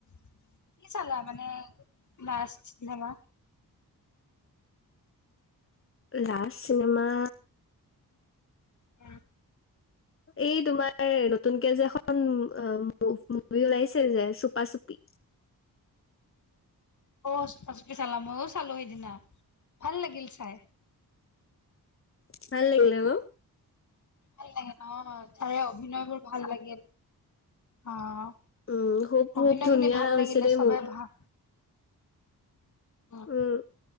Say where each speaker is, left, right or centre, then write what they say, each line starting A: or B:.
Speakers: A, on the left; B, on the left.
A: <unintelligible> কি চালা মানে? Last cinema.
B: Last cinema.
A: উম।
B: এই তোমাৰ নতুনকে যেখন <inaudible> বিওাইছে যে চুপাছুপি
A: অ' <unintelligible> চালা ময়ো চালো সেইদিনা, ভাল লাগিল চাই।
B: ভাল লাগিল ম
A: ভাল, লাগে অ তাৰে অভিনয়বোৰ ভাল লাগিল অ',
B: উম খুব খুব
A: অভিনয়
B: ধুনীয়া
A: খিনি ভাল
B: হৈছে
A: লাগিলে
B: দেই
A: চবে
B: মোৰ
A: ভাল। অ'
B: উম